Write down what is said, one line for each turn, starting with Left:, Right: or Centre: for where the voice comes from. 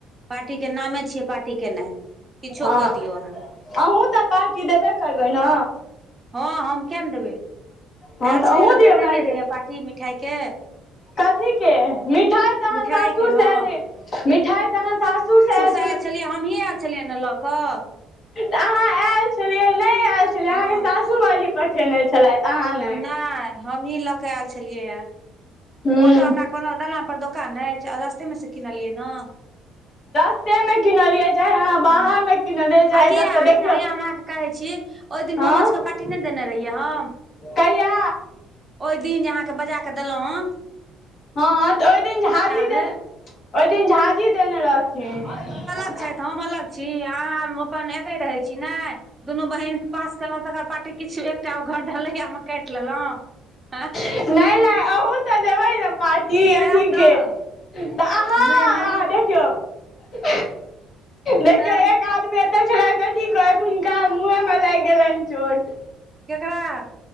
Right: पार्टीक नामे छियै पार्टी केनाइ किछो
Left: हँ
Right: कऽ दियौ अहाँ।
Left: अहूँ तऽ पार्टी देबे करबै ने।
Right: हँ हम क नय देबै
Left: हँ
Right: आयल छलियै
Left: अहूँ
Right: तऽ
Left: दियौ
Right: देने
Left: मारि
Right: नय रहिै पार्टी मिठाइ के।
Left: कथी के मिठाय तँ अहाँ
Right: मिठाई
Left: सासुर
Right: के हँ
Left: से ऐल रहे मिठाय तँ अहाँ सासुर से एल
Right: साग छलियै हमही आर छलियै न लऽ कऽ
Left: तऽ अहाँ आयल छलियै नय आयल छलै
Right: हँ
Left: अहाँके सासू माँजी पठेने छलथि अहाँ नहि
Right: नय हमहीं लऽ के आयल छलियै ये
Left: हूँ
Right: ओ तऽ हमरा कोनो दालान पर दोकान अछि रस्तेमे से किनलियै ने
Left: से मे किनलियै चाहे अहाँ बाहर
Right: हँ
Left: मे किनलियै चाहे
Right: आ किया
Left: जतऽ देखियौ
Right: हया हम अहाँके कहै छी ओहि दिन
Left: हँ
Right: मोमज के पार्टी नय देने रहियै हम
Left: कहिया
Right: ओहि दिन जे अहाँके बजा कऽ देलहुँं हें
Left: हँ तऽ ओहि दिन झाजी देने
Right: रहै
Left: ओहि दिन झाजी देने रहथिन्ह
Right: अच्छऽ त हम अलग छी अहाँ हम अपन एके रहै छी ने दुनू बहीन पास केलहुँ तकर पार्टी किछु एकटा ओ घर ढलैया मे काटि लेलहुँ <unintelligible>
Left: नय नय अहू तऽ देबै ने पा टी
Right: सएह
Left: अथी
Right: तऽ
Left: के तऽ अहाँ
Right: नहि
Left: अहाँ
Right: नहि
Left: देखियौ <unintelligible> देखियौ
Right: हँ
Left: ए क आदमी एते छलथि तँ की कहत हुनका मुँहे मे लागि गेलनि चोट
Right: केकरा